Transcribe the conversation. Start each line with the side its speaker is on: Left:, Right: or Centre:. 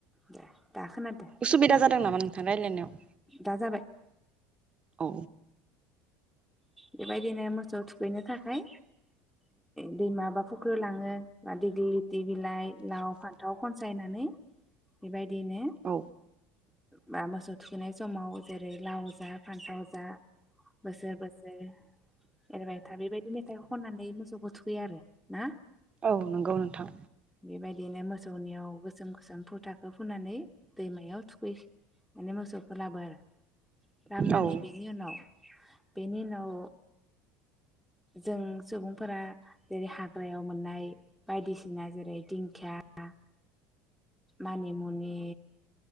Centre: दे। दा खोनादो
Right: उसुबिदा जादों नामा नोंथां। रायलायनायाव।
Centre: दा जाबाय।
Right: औ
Centre: बेबायदिनो मोसौ थुखैनो थाखाय दैमा बा फुख्रियाव लाङो बा दिग्लि लिथि बिलाइ लाव फान्थाव खनसायनानै बेबायदि बिदिनो
Right: औ
Centre: बा मोसौ थुखनाय समाव जेरै लाव जा फान्थाव जा बोसोर बोसोर एरबायथा बेबायदि मेथाइखौ खननानै मोसौखौ थुखैयो आरो ना
Right: औ नंगौ नोंथां।
Centre: बेबायदिनो मोसौनियाव गोसोम गोसोम फु थाखो फुनानै दैमायाव थुखै माने मोसौखौ लाबो आरो लाबानै
Right: औ
Centre: बेनि उनाव बेनि उनाव जों सुबुंफोरा जेरै हाग्रायाव मोननाय बायदिसिना जेरै दिंखिया मानिमुनि